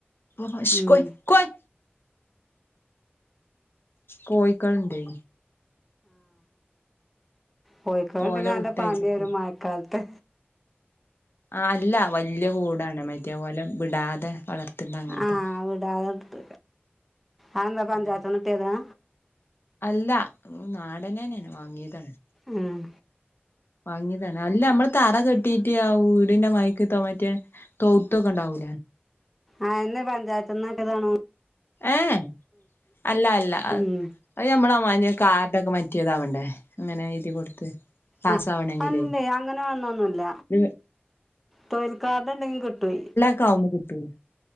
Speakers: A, on the left; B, in the centre.
A: ഓ ഷ്
B: ഉം
A: കോയി കോയി കോയിക്കൾ ണ്ടെ
B: കോയിക്കൾണ്ടെങ്കിൽ
A: ഓലെ
B: നല്ല
A: വിട്ടയച്ചിട്ട്
B: പണി വരും മഴക്കാലത്ത്
A: ആഹ് അല്ല വല്ല്യകൂടാണ് മറ്റേ ഒലെ വിടാതെ വളർത്തണ്ട അങ്ങനത്തെ
B: ആ വിടാതെ നിർത്ത അതെന്താ പഞ്ചായത്ത്ന്ന്
A: ഉം
B: കിട്ടിയതാ
A: അല്ല നാടനെന്നെണ് വാങ്ങിയതാണ്
B: ആഹ്
A: വാങ്ങിതാണ് അല്ല നമ്മള് തറ കെട്ടീട്ട് ആഹ് വീടിന്റെ മരിക്കത്തെ മാറ്റെ തോട്ടൊക്കെ ഉണ്ടാവുലേ
B: ആഹ് എന്നെ പഞ്ചായത്ത് നിന്നൊക്കെ ഒരുതവണ
A: ഏഹ് അല്ല അല്ല അത്
B: ഉം
A: നമ്മളമതി കാർഡൊക്കെ മാറ്റിയതാവേണ്ടേ അങ്ങനെ എഴുതി കൊടുത്ത് പാസ്സാവണെങ്കിലേ
B: ആഹ് അല്ലേ അങ്ങനെ വന്നൊന്നുമല്ല
A: ഇത്
B: തൊഴൽ കാർഡ് ഉണ്ടെങ്കിൽ കിട്ടുവയി
A: ക് അതൊന്നും കിട്ടൂല